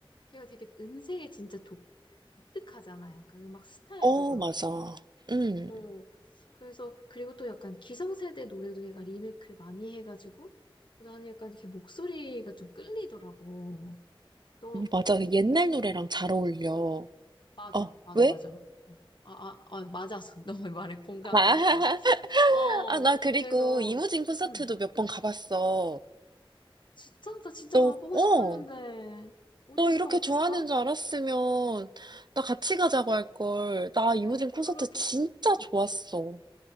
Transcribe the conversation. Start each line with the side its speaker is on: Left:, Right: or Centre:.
Left: 걔가 되게 음색이 진짜 독, 독특하잖아. 약간 음악 스타일도
Right: 어,
Left: 그렇고.
Right: 맞아. 음,
Left: 어, 그래서 그리고 또 약간 기성세대 노래도 얘가 리메이크를 많이 해가지고 나는 약간 이렇게 목소리가 좀 끌리더라고. 너
Right: 어, 맞아. 그 옛날
Left: 이무
Right: 노래랑 잘 어울려.
Left: 맞아,
Right: 어,
Left: 맞아,
Right: 왜?
Left: 맞아. 어, 아, 아, 아, 맞아서 <laughs> 너의 말에 공감을
Right: 아, <laughs>
Left: 해서. 어,
Right: 아, 나 그리고
Left: 그래서,
Right: 이무진 콘서트도
Left: 음,
Right: 몇 번 가봤어.
Left: 진짜, 나 진짜
Right: 너,
Left: 가보고
Right: 어,
Left: 싶었는데, 어땠어,
Right: 너 이렇게
Left: 어땠어?
Right: 좋아하는 줄 알았으면 나 같이 가자고 할 걸. 나 이무진
Left: 아,
Right: 콘서트
Left: 그러게.
Right: 진짜 좋았어.